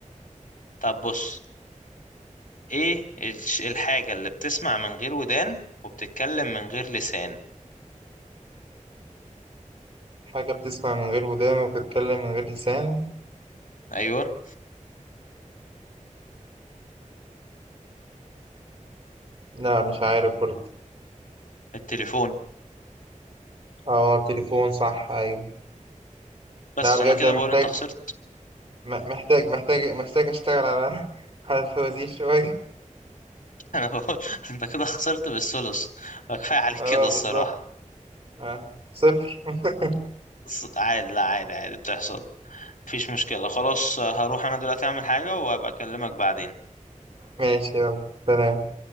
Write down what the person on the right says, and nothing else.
حاجة بتسمع من غير ودان وبتتكلم من غير لسان
لا مش عارف برضه
اه تليفون صح ايوه
لا بجد
انا
محتاج
م- محتاج محتاج محتاج اشتغل على <laughs> على الفوازير شوية
اه
بالظبط آه. صفر <laughs>
ماشي يلا سلام